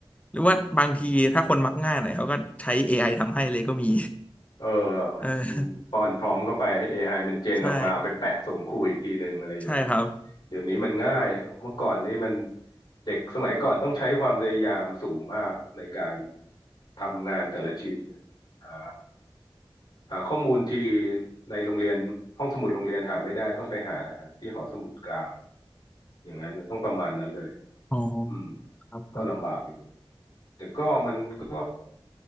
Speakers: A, on the left; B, on the left.
A: หรือว่าบางทีถ้าคนมักง่ายหน่อยเขาก็ใช้
B: อืม
A: AI ทำให้เลยก็มี
B: เออ
A: เออ
B: มันป้อนพร้อมเข้าไปให้ AI มันเจนออกมาเอาไปแปะส่งครูอีกทีหนึ่งอะไรอย่างเงี้ย
A: ใช่ใช่ครับ
B: เดี๋ยวนี้มันง่าย เมื่อก่อนนี้มันเด็กสมัยก่อนต้องใช้ความพยายามสูงมากในการทำงานแต่ละชิ้น หาหาข้อมูลที่ในโรงเรียนห้องสมุดโรงเรียนหาไม่ได้ต้องไปหาที่หอสมุดกลาง อย่างนั้นนะต้องประมาณนั้นเลย
A: อ๋อ
B: อืม
A: ครับครับ
B: ก็ลำบากอยู่ แต่ก็มันก็